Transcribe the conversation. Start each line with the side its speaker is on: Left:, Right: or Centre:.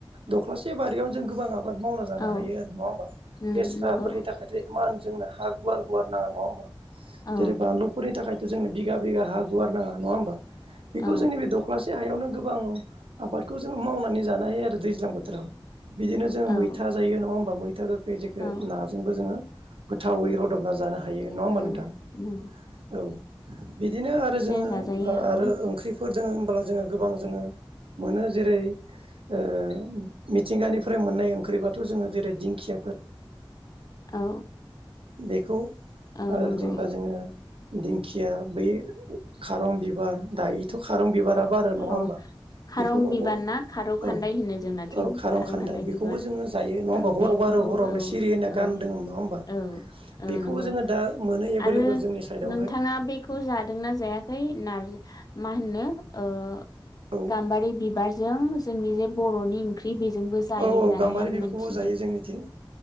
Right: दख्लासे बारियावनो जों गोबा आबाद खेति आबाद मावना जानो
Left: औ
Right: हायो आरो नङा होमबा?
Left: उम
Right: लेस्राफोरनि
Left: नंगौ
Right: थाखाय इमान जोंनो हा गुवार -गुवार नाङा नङा होमबा
Left: औ
Right: जेरै बानलुफोरनि थाखाय। जोंनो बिगा बिगा हा गुवार नाङा नङा होमबा? बेखौ
Left: औ
Right: जोंनि बे दख्लासे <unintelligible> हायावनो गोबां आबादखौ जोङो मावनानै जानो हायो आरो दैज्लां बोथोराव। बिदिनो जोङो
Left: औ
Right: मैथा जायो नङा होमबा? मैथा गोखै जेखो
Left: औ
Right: नाजोंबो जोङो गोथावै रदबना जानो हायो। हायो नङा होमबा
Left: उम
Right: नोंथां?
Left: उम
Right: औ बिदिनो आरो जोङो
Left: जाजायो
Right: ओ आरो
Left: औ
Right: ओंख्रि <unintelligible> दोङो होनबोला जोङो गोबां जोङो मोनो जेरै ओ मिथिंगानिफ्राय मोननाय ओंख्रिबाथ‌' जोङो जेरै दिंखियाफोर <inaudible>
Left: औ।
Right: बेखौ ओ
Left: औ नंगौ
Right: जेनेबा जोङो दिंखिया बै खारं बिबार दायोथ' खारं बिबारा बारो नङा
Left: औ
Right: होमबा
Left: खारं
Right: बेखौबो
Left: बिबार
Right: बर'
Left: ना खारौ खान्दाइ
Right: औ
Left: होनो जोंनाथिं
Right: औ खारं
Left: खारौ
Right: खान्दाय
Left: खान्दाइ
Right: बेखौबो
Left: बिबार
Right: जोङो जायो नङा होमबा
Left: औ
Right: हराव
Left: बेखौथ'
Right: बारो
Left: औ
Right: हरावनो सिरि होनना गान
Left: औ।
Right: दोङोमोन नङा होमबा
Left: औ औ
Right: बेखौबो
Left: नंगौ
Right: जोङो दा मोनो एभेलेबल
Left: आरो
Right: जोंनि साइडआवहाय
Left: नोंथाङा बेखौ जादोंना? जायाखै नारजि मा होननो ओ
Right: औ
Left: गाम्बारि बिबारजों जोंनि जे बर'नि ओंख्रि बेजोंबो जायो
Right: औ
Left: होननानै
Right: औ गाम्बारि
Left: आं
Right: बिबारखौबो
Left: मिथिनो
Right: जायो जोंनिथिं